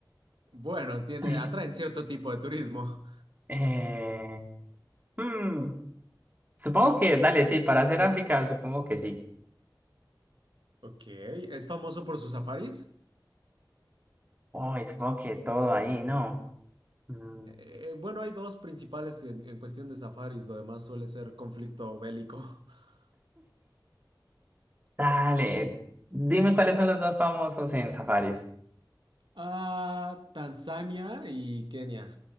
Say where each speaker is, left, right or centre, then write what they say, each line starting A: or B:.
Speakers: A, on the right (about 85°); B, on the right (about 20°).
A: Bueno, tiene,
B: <laughs>
A: atraen cierto tipo de turismo.
B: Eh, hmm, supongo que, dale, sí, para hacer África, supongo que sí.
A: Ok, ¿es famoso por sus safaris?
B: Uy, supongo que todo ahí, ¿no? Mm,
A: Eh, bueno, hay dos principales en, en cuestión de safaris, lo demás suele ser conflicto bélico. <laughs>
B: Dale, dime cuáles son los dos famosos en Safari.
A: Ah, Tanzania y Kenia.